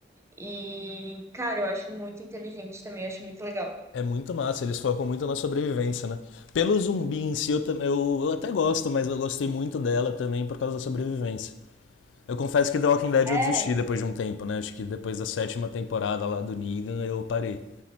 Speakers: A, on the right (about 15°); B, on the left (about 80°).
A: E, cara, eu acho muito inteligente também, acho muito legal.
B: É muito massa, eles focam muito na sobrevivência, né? Pelo zumbi em si, eu, tam- eu, eu até gosto, mas eu gostei muito dela também por causa da sobrevivência. Eu confesso que The Walking Dead
A: É,
B: eu desisti depois de um tempo, né? Acho que depois da sétima temporada lá do Negan eu parei.